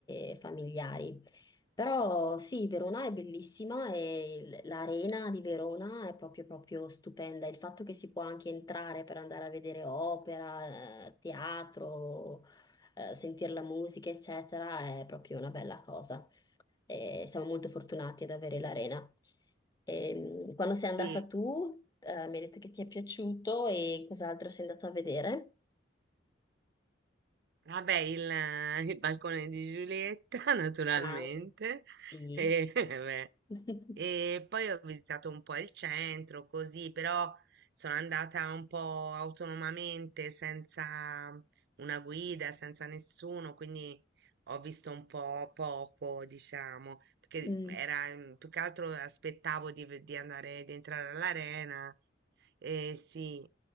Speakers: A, on the left; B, on the right.
A: e familiari. Però sì, Verona è bellissima e l- l'arena di Verona è proprio, proprio stupenda. Il fatto che si può anche entrare per andare a vedere opera, eh, teatro, eh, sentire la musica, eccetera, è proprio una bella cosa. E siamo molto fortunati ad avere l'arena. Ehm, quando sei andata
B: sì.
A: tu, eh, mi hai detto che ti è piaciuto e cos'altro sei andata a vedere?
B: Vabbè, il, eh, il balcone di Giulietta, <laughs> naturalmente.
A: Ah, sì.
B: E, <laughs> vabbè.
A: <laughs>
B: E poi ho visitato un po' il centro, così, però sono andata un po' autonomamente, senza una guida, senza nessuno, quindi ho visto un po' poco, diciamo, perché
A: Mm,
B: era mm, più che altro aspettavo di, ve- di andare, di entrare all'arena. E sì.